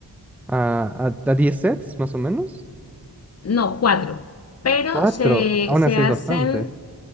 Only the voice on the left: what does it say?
No, cuatro. Pero
se,
se
hacen.